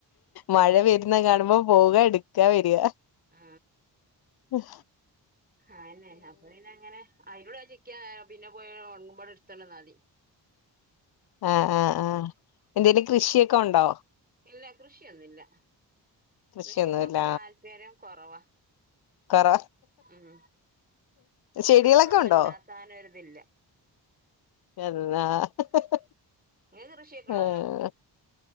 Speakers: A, on the left; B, on the right.
A: മഴ വരുന്നകാണുമ്പോ അപ്പോ, പോവുക, എടുക്കാ, വരിക..
B: ആ
A: ഉം
B: ആന്നെ, അപ്പൊപിന്ന ങ്ങനെ അയിനോടെ ചിക്ക്യാ ആ.,. പിന്നെ പോയി ഉണങ്ങുമ്പോളെടുത്തോണ്ടുവന്നാമതി
A: ആ അ.. ആ എന്തേലും കൃഷിയൊക്കെയുണ്ടോ
B: ഇല്ല, കൃഷിയൊന്നുമില്ല.
A: കൃഷിയൊന്നുല്ല
B: കൃഷിയ്ക്കൊക്കെ താല്പര്യം കുറവാ
A: കൊറ
B: ഉം
A: ചെടികളൊക്കെ
B: അതൊന്നുമുണ്ടാക്കാനൊരിതില്ല
A: ഉണ്ടോ <inaudible> <inaudible>
B: നിങ്ങൾക്കു കൃഷിയൊക്കെയുള്ള-
A: ആഹ്
B: യാളാ.